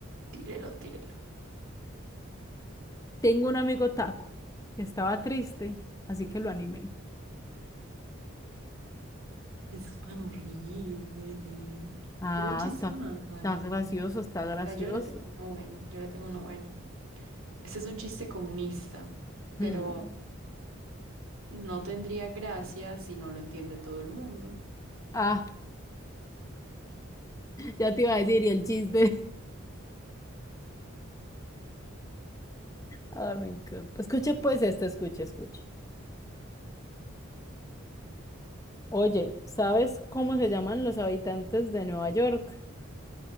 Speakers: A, on the right (about 85°); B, on the left (about 15°).
A: Tírelo, tírelo.
B: tengo un amigo taco que estaba triste, así que lo animé.
A: Eso es tan horrible.
B: Ah,
A: Puro chiste
B: está,
A: malo.
B: está gracioso, está gracioso.
A: Vea, yo le tengo uno bueno, yo le tengo uno bueno. Este es un chiste comunista, pero
B: Hmm.
A: no tendría gracia si no lo entiende todo el mundo.
B: Ah, ya te iba a decir, y el chiste. <laughs> Ah, me encanta. Escuche pues este, escuche, escuche. Oye, ¿sabes cómo se llaman los habitantes de Nueva York?